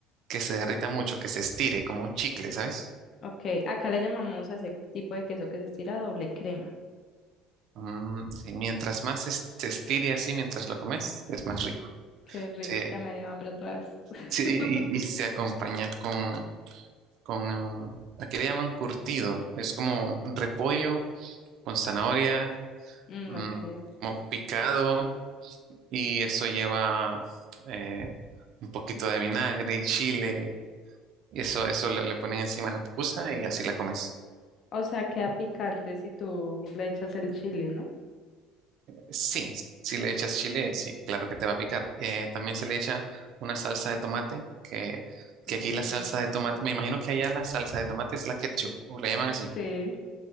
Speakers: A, on the right; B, on the left.
A: que se derrita mucho, que se estire, como un chicle, ¿sabes?
B: Ok, acá le llamamos a ese tipo de queso que se estira doble crema.
A: Mm, sí, mientras más es- se estire así, mientras lo comes, es
B: Uf,
A: más rico.
B: qué rico,
A: Sí.
B: ya me dio hambre otra vez. <laughs>
A: Sí, y, y se acompaña con, con, aquí le llaman curtido, es como repollo con zanahoria,
B: Mm,
A: mm,
B: ok,
A: como picado, y eso lleva eh, un poquito de vinagre y chile, y eso, eso le, le ponen encima a la pupusa y así la comes.
B: o sea, queda picante si tú le echas el chile, ¿no?
A: Sí, si le echas chile, sí, claro que te va a picar. Eh, también se le echa una salsa de tomate, que,
B: Mm,
A: que aquí la salsa de tomate, me imagino que allá la salsa de tomate es la ketchup, o le llaman así.
B: sí,